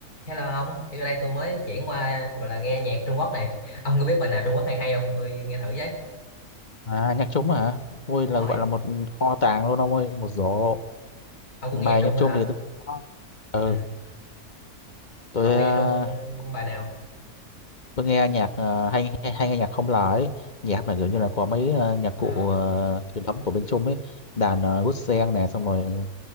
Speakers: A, on the left; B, on the left.
A: Hello ông, thì đây tôi mới chuyển qua gọi là nghe nhạc Trung Quốc này. Ông có biết bài nào Trung Quốc hay hay không? Tôi nghe thử với.
B: À nhạc trống hả? Tôi
A: Đúng
B: là
A: rồi,
B: gọi là một kho tàng luôn ông ơi, một rổ.
A: ông cũng
B: Bài
A: nghe nhạc Trung
B: nhạc
A: nữa
B: trống
A: hả?
B: thì tôi có. Ừ,
A: Ừ. Mà
B: tôi
A: ông nghe
B: ờ,
A: nhạc Trung bài nào?
B: tôi nghe nhạc ờ, hay, hay hay nghe nhạc không lời, nhạc mà kiểu như là có mấy ờ, nhạc
A: À,
B: cụ ờ, truyền thống của bên Trung ấy, đàn uh, guitar sen này xong rồi